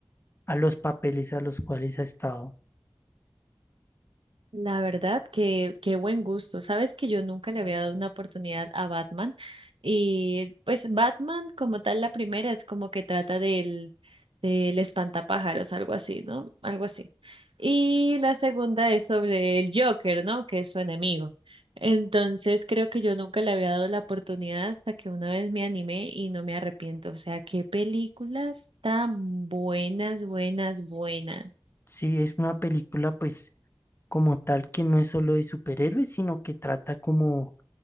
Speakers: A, on the left (about 30°); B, on the right (about 85°).
A: a los papeles a los cuales ha estado.
B: La verdad, que qué buen gusto. Sabes que yo nunca le había dado una oportunidad a Batman. Y pues Batman, como tal, la primera es como que trata del, del espantapájaros, algo así, ¿no? Algo así. Y la segunda es sobre el Joker, ¿no? Que es su enemigo. Entonces creo que yo nunca le había dado la oportunidad hasta que una vez me animé y no me arrepiento. O sea, qué películas tan buenas, buenas, buenas.
A: Sí, es una película pues como tal que no es solo de superhéroes, sino que trata como,